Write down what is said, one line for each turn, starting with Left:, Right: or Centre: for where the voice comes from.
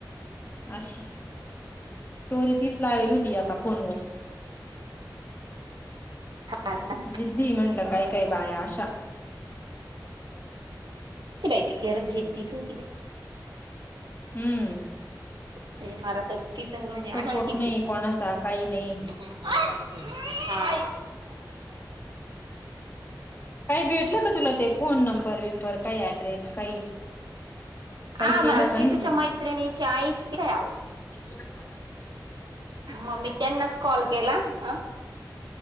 Left: अशी स्टोरी तीच लावेल होती. याका फोनवर
Right: <unintelligible> हा न
Left: जिद्दीय म्हंटलं काय काय बाया अशा
Right: ती बाई खरं जिद्दीच होती ती
Left: हम्म
Right: म्हणजे मला तर तिच म्हणजे
Left: सपोर्ट
Right: आठवणच येती
Left: नाही कोणाचा काही नाही
Right: <inaudible> हा
Left: काही भेटलं का तुला ते फोन नंबर विंबर काही ॲड्रेस काही? काही
Right: हा
Left: केलं का
Right: टीटूच्या
Left: नाही
Right: मैत्रीणीची आईचय आवो
Left: <inaudible> तिला बोलाव
Right: मग मी त्यांनाच कॉल केला अ